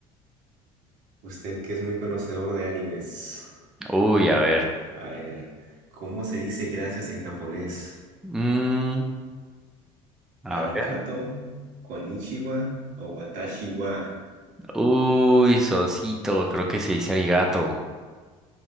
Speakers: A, on the right (about 65°); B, in the centre.
A: Usted que es muy conocedor de animes.
B: Uy, a ver.
A: A ver, ¿cómo se dice gracias en japonés?
B: Mm, a
A: Arigato,
B: ver.
A: konnichiwa o watashi wa.
B: Uy, Sosito, creo que se dice arigato.